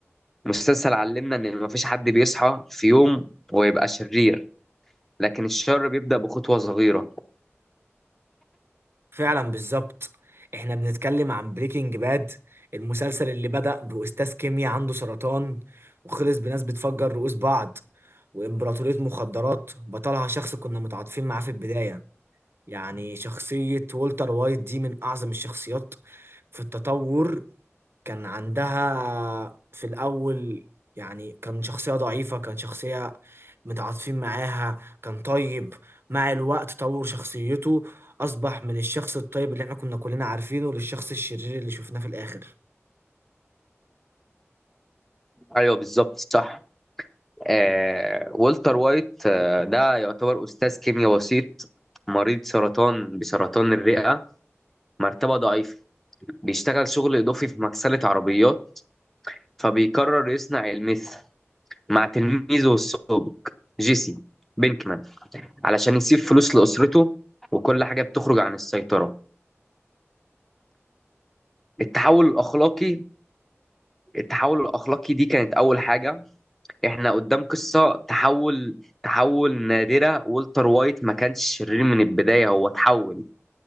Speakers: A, in the centre; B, on the right.
A: مسلسل علمنا ان مفيش حد بيصحى في يوم ويبقى شرير لكن الشر بيبدأ بخطوه صغيره
B: فعلا بالظبط احنا بنتكلم عن بريكنج باد المسلسل اللي بدأ بأستاذ كيمياء عنده سرطان وخلص بناس بتفجر رؤوس بعض وإمبراطورية مخدرات بطلها شخص كنا متعاطفين معاه في البداية يعني شخصية والتر وايت دي من أعظم الشخصيات في التطور كان عندها في الأول يعني كان شخصية ضعيفة كان شخصية متعاطفين معاها كان طيب مع الوقت طور شخصيته أصبح من الشخص الطيب اللي احنا كنا كلنا عارفينه للشخص الشرير اللي شفناه في الآخر
A: ايوه بالظبط صح آه، والتر وايت آه، ده يعتبر استاذ كيمياء بسيط مريض سرطان بسرطان الرئه مرتبه ضعيفه بيشتغل شغل اضافي في مغسله عربيات فبيقرر يصنع الميث مع تلميذه السابق جيسي بينكمان علشان يسيب فلوس لأسرته وكل حاجة بتخرج عن السيطرة التحول الأخلاقي التحول الأخلاقي دي كانت أول حاجة إحنا قدام قصة تحول تحول نادرة والتر وايت ما كانش شرير من البداية هو تحول